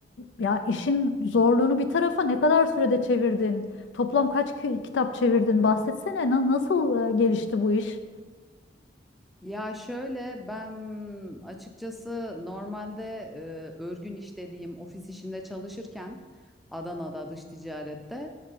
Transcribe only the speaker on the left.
ya işin zorluğunu bir tarafa ne kadar sürede çevirdin? Toplam kaç ki- kitap çevirdin? Bahsetsene na- nasıl e, gelişti bu iş?